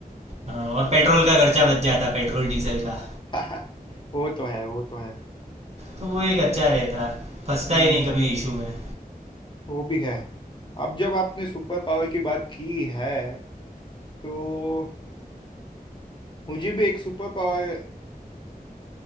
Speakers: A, on the right; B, on the left.
A: हाँ, और पेट्रोल का खर्चा बच जाता पेट्रोल डीजल का
B: <laughs> वो तो है वो तो है
A: तो वो एक अच्छा रहता फंसता
B: हम्म
A: ही नहीं कभी इशू में
B: वो भी है अब जब आपने सुपर पावर की बात की है तो मुझे भी एक सुपर पावर